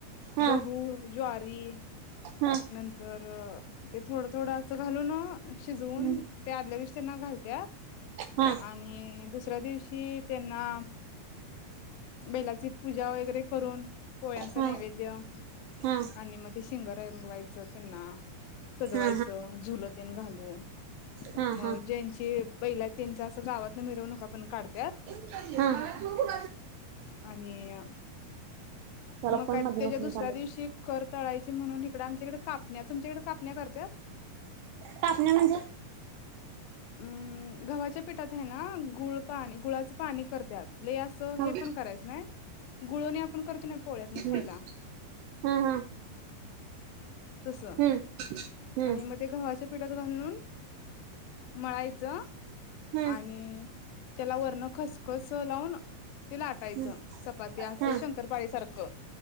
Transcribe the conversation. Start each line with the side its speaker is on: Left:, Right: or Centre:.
Right: हा
Left: गहू ज्वारी
Right: हा
Left: नंतर ते थोडं थोडं असं घालून शिजवून
Right: हम्म
Left: ते आदल्या दिवशी त्यांना घालत्यात.
Right: हा
Left: आणि दुसऱ्या दिवशी त्यांना बैलाची पूजा वगैरे करून पोळ्यांचा
Right: हा
Left: नैवेद्य
Right: हा हा
Left: आणि मग ते शिंग रंगवायचं त्यांना सजवायचं
Right: हा
Left: झुल तेन घालून
Right: हा हा
Left: मग
Right: हा
Left: ज्यांची बैला त्यांच्या असं गावातन मिरवणूका पण काढत्यात
Right: हा
Left: आणि
Right: त्याला
Left: मग
Right: फोन
Left: का
Right: मधन
Left: त्याच्या
Right: उचलून
Left: दुसऱ्या
Right: चालत
Left: दिवशी कर तळायची म्हणून इकडं आमच्याकडे कापण्या तुमच्याकडे कापण्या करत्या?
Right: कापण्या म्हणजे?
Left: अम्मा गव्हाच्या पिठात आहे ना गुळ पाणी गुळाच पाणी करत्यात लय असं हे
Right: हा
Left: पण करायचं नाही गुळवणी आपण करतो नाही पोळ्यातन
Right: हम्म
Left: खायला
Right: हा हा
Left: तसं
Right: हम्म हम्म
Left: आणि मग ते गव्हाच्या पिठात घालून मळायचं
Right: हम्म
Left: आणि त्याला वरण खसखस लावून ते लाटायचं
Right: हम्म
Left: चपाती असं
Right: हा
Left: शंकरपाळी सारखं